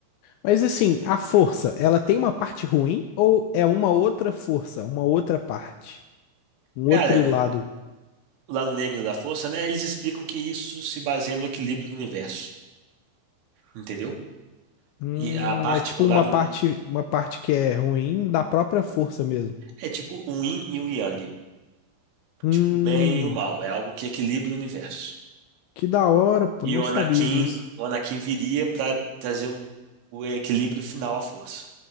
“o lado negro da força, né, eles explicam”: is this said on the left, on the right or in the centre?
Right